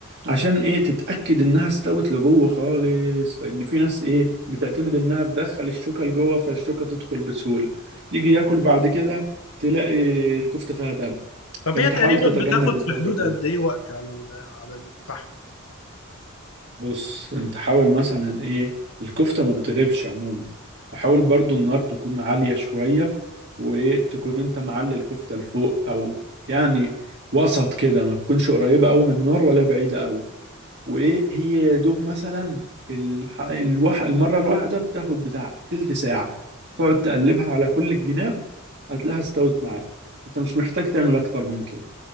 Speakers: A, on the right (about 55°); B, on the left (about 70°).
A: عشان ايه تتاكد انها استوت لجوه خالص لان في ناس ايه بتعتمد انها تدخل الشوكه لجوه فالشوكه تدخل بسهوله يجي ياكل بعد كده تلاقي الكفته فيها دم
B: طب
A: فانت
B: هي تقريبا
A: حاول تتجنب
B: بتاخد
A: الحوار
B: في حدود
A: ده كله
B: قد ايه وقت على ال- على الفحم
A: بص انت حاول مثلا ايه الكفتة ما بتغيبش عموما وحاول برضو النار تكون عالية شوية وتكون انت معلي الكفتة لفوق او يعني وسط كده ما تكونش قريبة قوي من النار ولا بعيدة قوي وايه هي يا دوب مثلا الح... الوح... المرة الواحدة بتاخد بتاع تلت ساعة تقعد تقلبها على كل الجناب هتلاقيها استوت معاك انت مش محتاج تعمل اكتر من كده